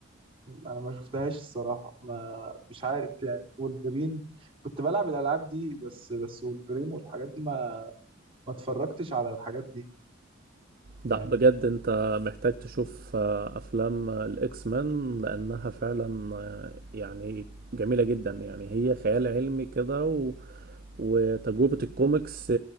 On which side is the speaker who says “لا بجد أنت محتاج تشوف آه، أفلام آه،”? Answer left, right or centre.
Right